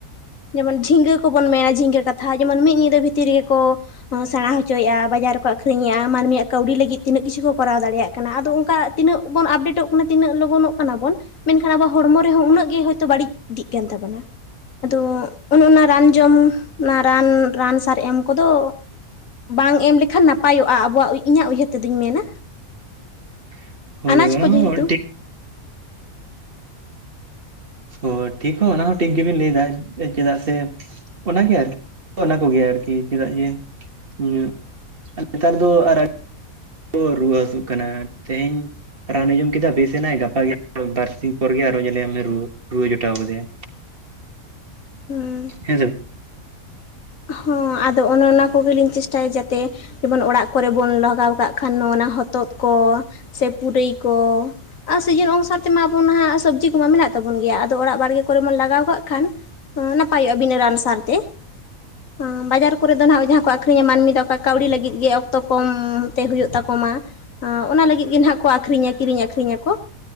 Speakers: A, on the left; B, on the right.
A: ᱡᱮᱢᱚᱱ ᱡᱷᱤᱝᱜᱟᱹ ᱠᱚᱵᱚᱱ ᱢᱮᱱᱟ ᱡᱷᱤᱝᱜᱟᱹ ᱠᱟᱛᱷᱟ ᱡᱮᱢᱚᱱ ᱢᱤᱫ ᱧᱤᱫᱟᱹ ᱵᱷᱤᱛᱤᱨ ᱨᱮᱜᱮ ᱠᱚ ᱦᱚᱸ ᱥᱮᱲᱟ ᱦᱚᱪᱚᱭᱮᱜ-ᱟ ᱵᱟᱡᱟᱨ ᱨᱮᱠᱚ ᱟᱹᱠᱷᱨᱤᱧ ᱮᱜ-ᱟ᱾ ᱢᱟᱹᱱᱢᱤᱭᱟᱜ ᱠᱟᱹᱣᱰᱤ ᱞᱟᱹᱜᱤᱫ ᱛᱤᱱᱟᱹᱜ ᱠᱤᱪᱷᱩ ᱠᱚ ᱠᱚᱨᱟᱣ ᱫᱟᱲᱮᱭᱟᱜ ᱠᱟᱱᱟ᱾ ᱟᱫᱚ ᱚᱱᱠᱟ ᱛᱤᱱᱟᱹᱜ ᱵᱚᱱ ᱟᱯᱰᱮᱴᱚᱜ ᱠᱟᱱᱟ ᱛᱤᱱᱟᱹᱜ ᱞᱚᱜᱚᱱᱚᱜ ᱠᱟᱱᱟ ᱵᱚᱱ᱾ ᱢᱮᱱᱠᱷᱟᱱ ᱟᱵᱚ ᱦᱚᱲᱢᱚ ᱨᱮᱦᱚᱸ ᱩᱱᱟᱹᱜ ᱜᱮ ᱦᱳᱭ ᱛᱚ ᱵᱟᱹᱲᱤᱡ ᱤᱫᱤᱜ ᱠᱟᱱ ᱛᱟᱵᱚᱱᱟ᱾ᱟᱫᱚ ᱚᱱᱚ ᱚᱱᱟ ᱨᱟᱱ ᱡᱚᱢ ᱚᱱᱟ ᱨᱟᱱ, ᱨᱟᱱ ᱥᱟᱨ ᱮᱢ ᱠᱚᱫᱚ ᱵᱟᱝ ᱮᱢ ᱞᱮᱠᱷᱟᱱ ᱱᱟᱯᱟᱭᱚᱜ-ᱟ ᱟᱵᱚᱣᱟᱜ ᱩᱭ ᱤᱧᱟᱹᱜ ᱩᱭᱦᱟᱹᱨ ᱛᱮ ᱫᱚᱧ ᱢᱮᱱᱟ᱾
B: <inaudible>
A: ᱟᱱᱟᱡᱽ
B: ᱚᱱᱟ
A: ᱠᱚ
B: ᱦᱚᱸ
A: ᱡᱮᱦᱮᱛᱩᱼᱼ
B: ᱴᱷᱤᱠ ᱚ ᱴᱷᱤᱠ ᱦᱚᱸ ᱚᱱᱟ ᱦᱚᱸ ᱴᱷᱤᱠ ᱜᱮᱵᱤᱱ ᱞᱟᱹᱭᱫᱟ ᱪᱮᱫᱟᱜ ᱥᱮᱼᱼ ᱚᱱᱟ ᱜᱮ ᱟᱨᱠᱤ ᱚᱱᱟ ᱠᱚᱜᱮ ᱟᱨᱠᱤ ᱪᱮᱫᱟᱜ ᱡᱮ <inaudible> ᱱᱮᱛᱟᱨ ᱫᱚ ᱟᱨ <unintelligible> ᱠᱚ ᱨᱩᱣᱟᱹ ᱦᱟᱹᱥᱩᱜ ᱠᱟᱱᱟ ᱛᱮᱦᱮᱧᱼᱼ ᱨᱟᱱ ᱮ ᱡᱚᱢ ᱠᱮᱫᱟ ᱵᱮᱥ ᱮᱱᱟᱭ ᱜᱟᱯᱟ ᱜᱮ <inaudible> ᱵᱟᱨ ᱥᱤᱧ ᱯᱚᱨ ᱜᱮ ᱟᱨᱚ ᱧᱮᱞᱮ ᱢᱮ ᱨᱩᱣᱟᱹ ᱨᱩᱣᱟᱹ ᱡᱚᱴᱟᱣ ᱠᱟᱫᱮᱭᱟ᱾
A: ᱦᱩᱸ
B: ᱦᱮᱸ ᱥᱮ ᱵᱟᱝ?
A: ᱦᱚᱸ ᱟᱫᱚ ᱚᱱᱮ ᱚᱱᱟ ᱠᱚᱜᱮᱞᱤᱧ ᱪᱮᱥᱴᱟᱭᱟ ᱡᱟᱛᱮᱼᱼ ᱡᱮᱢᱚᱱ ᱚᱲᱟᱜ ᱠᱚᱨᱮ ᱵᱚᱱ ᱞᱟᱜᱟᱣ ᱠᱟᱜ ᱠᱷᱟᱱ ᱚᱱᱟ ᱦᱚᱛᱚᱫ ᱠᱚ ᱥᱮ ᱯᱩᱨᱟᱹᱭ ᱠᱚᱼᱼ ᱟ ᱥᱤᱡᱤᱱ ᱚᱱᱩᱥᱟᱨ ᱛᱮᱢᱟ ᱟᱵᱚ ᱱᱟᱦᱟᱜ ᱥᱚᱵᱽᱡᱤ ᱠᱚᱢᱟ ᱢᱮᱱᱟᱜ ᱛᱟᱵᱚᱱ ᱜᱮᱭᱟ ᱟᱫᱚ ᱚᱲᱟᱜ ᱵᱟᱲᱜᱮ ᱠᱚᱨᱮ ᱵᱚᱱ ᱞᱟᱜᱟᱣ ᱠᱟᱜ ᱠᱷᱟᱱᱼᱼ ᱱᱟᱯᱟᱭᱚᱜ-ᱟ ᱵᱤᱱᱟ ᱨᱟᱱ ᱥᱟᱨ ᱛᱮ᱾ ᱦᱩᱸ ᱵᱟᱡᱟᱨ ᱠᱚᱨᱮ ᱫᱚ ᱱᱟᱜ ᱡᱟᱦᱟᱸ ᱠᱚ ᱟᱹᱠᱷᱨᱤᱧᱟ ᱢᱟᱹᱱᱢᱤ ᱫᱚ ᱚᱠᱟ ᱠᱟᱹᱣᱰᱤ ᱞᱟᱹᱜᱤᱫ ᱜᱮ᱾ ᱛᱚ ᱠᱚᱢ ᱛᱮ ᱦᱩᱭᱩᱜ ᱛᱟᱠᱚ ᱢᱟ ᱚᱱᱟ ᱞᱟᱹᱜᱤᱫ ᱜᱮ ᱱᱟᱜ ᱠᱚ ᱟᱹᱠᱷᱨᱤᱧᱟ ᱠᱤᱨᱤᱧ ᱟᱹᱠᱷᱨᱤᱧᱟ ᱠᱚ᱾